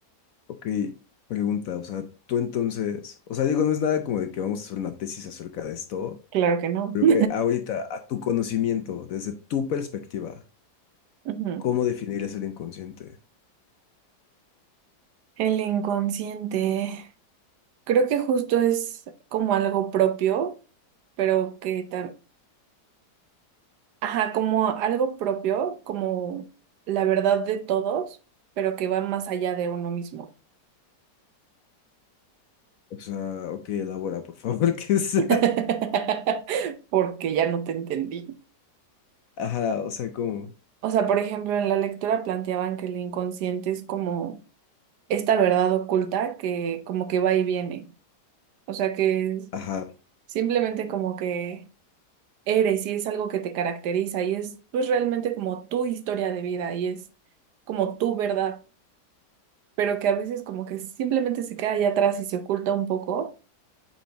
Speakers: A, on the left (about 65°); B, on the right (about 75°).
A: Ok, pregunta, o sea, tú entonces, o sea, digo, no es nada como de que vamos a hacer una tesis acerca de esto,
B: Claro que no.
A: Pero
B: <laughs>
A: güey, ahorita, a tu conocimiento, desde tu perspectiva,
B: Ujú.
A: ¿cómo definirías el inconsciente?
B: El inconsciente creo que justo es como algo propio, pero que también, ajá, como algo propio, como la verdad de todos, pero que va más allá de uno mismo.
A: O sea, ok, elabora, por favor, <laughs> ¿qué es?
B: <laughs> Porque ya no te entendí.
A: Ajá, o sea, ¿cómo?
B: O sea, por ejemplo, en la lectura planteaban que el inconsciente es como esta verdad oculta que como que va y viene. O sea que es
A: Ajá,
B: simplemente como que eres y es algo que te caracteriza y es pues realmente como tu historia de vida y es como tu verdad, pero que a veces como que simplemente se queda allá atrás y se oculta un poco,